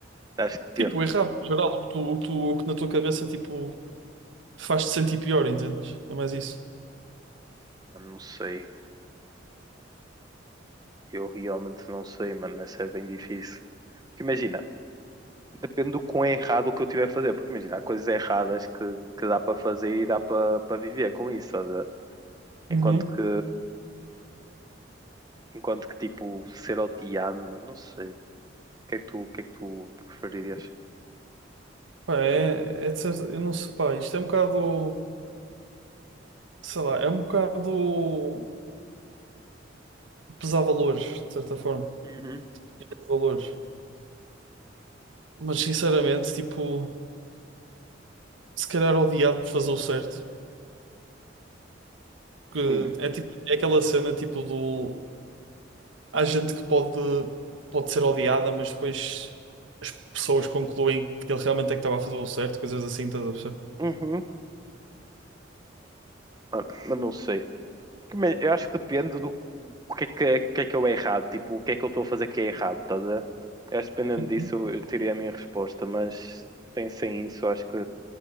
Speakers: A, on the right; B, on the right.
A: acho que depende,
B: Tipo, o errado, no geral, o que, tu, o que tu- o que na tua cabeça tipo, faz-te sentir pior, entendes? É mais isso.
A: mano, não sei, eu realmente não sei, mano, essa é bem difícil. Porque imagina, depende do quão errado o que eu tiver a fazer, porque imagina, há coisas erradas que, que dá para fazer e dá para para viver com isso, estás a ver? enquanto
B: Uhum.
A: que, enquanto que tipo, ser odiado, mano, não sei, o que é que tu, o que é que tu preferirias?
B: Pá, é, é de certa- eu não sei, pá, isto é um bocado, sei lá, é um bocado pesar valores, de certa forma,
A: Uhum.
B: Pesar valores. Mas sinceramente, tipo, se calhar odiado por fazer o certo, que
A: Hum.
B: é tipo, é aquela cena tipo do há gente que pode pode ser odiada, mas depois as pessoas concluem que ele realmente é que estava a fazer o certo, coisas assim, estás a perceber?
A: Uhum. Ah, mas não sei. Mas Eu acho que depende do o que é que, é- que é que eu é errado, tipo, o que é que eu estou a fazer que é errado, estás a ver? Eu acho que dependendo
B: Uhum.
A: disso eu eu teria a minha resposta, mas sem, sem isso eu acho que